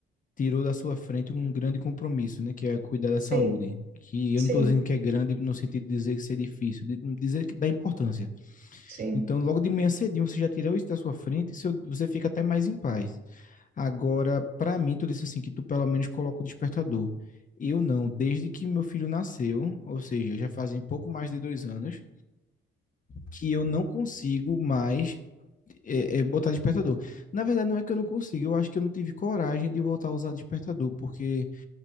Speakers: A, on the left (about 40°); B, on the right (about 50°).
A: tirou da sua frente um grande compromisso, né, que é cuidar da
B: Sim,
A: saúde. Que eu
B: sim,
A: não estou dizendo que é grande no sentido de dizer que ser é difícil, de dizer que dá importância.
B: sim,
A: Então, logo de manhã cedinho você já tirou isso da sua frente e você fica até mais em paz. Agora, para mim, tu disse assim que tu pelo menos coloca o despertador. Eu não, desde que meu filho nasceu, ou seja, já fazem pouco mais de dois anos, que eu não consigo mais é, é, botar despertador. Na verdade, não é que eu não consigo, eu acho que eu não tive coragem de voltar a usar despertador, porque eu